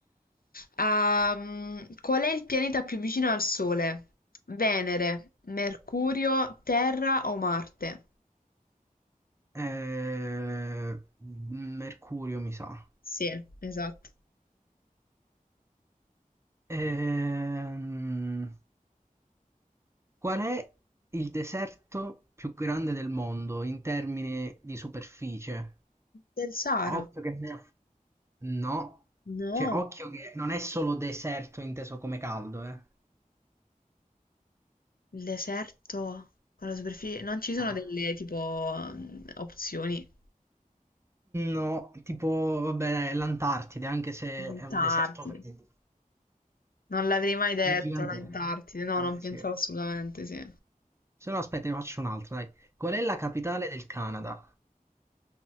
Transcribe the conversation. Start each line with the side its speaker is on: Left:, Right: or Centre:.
Left: Ehm, qual è il pianeta più vicino al Sole? Venere, Mercurio, Terra o Marte?
Right: Eh, Mercurio, mi sa.
Left: Sì, esatto.
Right: Ehm, qual è il deserto più grande del mondo in termini di superficie?
Left: Del Sahara?
Right: Occhio che ne ha- No,
Left: No.
Right: cioè occhio che non è solo deserto inteso come caldo, eh.
Left: Il deserto con la superficie... Non ci sono
Right: Ah,
Left: delle tipo mm, opzioni.
Right: No, tipo, vabbè, l'Antartide, anche se
Left: L'Antartide.
Right: è un deserto freddo.
Left: Non l'avrei mai detto,
Right: È gigante.
Left: l'Antartide. No,
Right: Eh
Left: non pensavo
Right: sì.
Left: assolutamente, sì.
Right: Se no aspetta, ne faccio un'altra, dai. Qual è la capitale del Canada?